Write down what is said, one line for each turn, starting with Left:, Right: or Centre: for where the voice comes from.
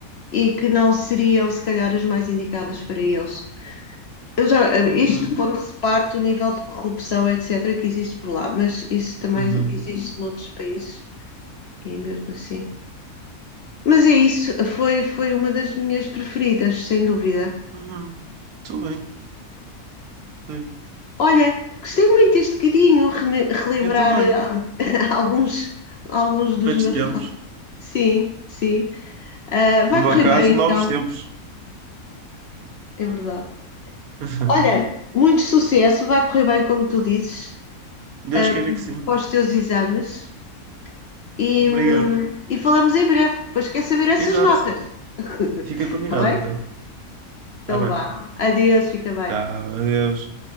Left: e que não seriam, se calhar, as mais indicadas para eles. Eu já,
Right: Exato.
Left: isto pondo-se parte do nível de corrupção, etc., que existe por lá, mas isso também
Right: Uhum.
Left: existe noutros países e mesmo assim. Mas é isso, foi, foi uma das minhas preferidas, sem dúvida.
Right: Uhum. Estou bem, estou bem.
Left: Olha, gostei muito deste bocadinho, re- relembrar
Right: Eu também.
Left: ah, <laughs> alguns, alguns
Right: Velhos
Left: dos meus.
Right: tempos.
Left: Sim, sim. Ah,
Right: No
Left: vai
Right: meu
Left: correr
Right: caso,
Left: bem, então,
Right: novos tempos.
Left: é verdade.
Right: <laughs>
Left: Olha, muito sucesso, vai correr bem, como tu dizes.
Right: Deus
Left: Ah,
Right: queira que sim.
Left: aos teus exames e,
Right: Obrigado.
Left: e falamos em breve. Depois quer saber essas
Right: Exato.
Left: notas. <laughs>
Right: Fica combinado
Left: Está bem?
Right: então.
Left: Então
Right: Tá bem.
Left: vá. Adeus, fica bem.
Right: Tchau, adeus.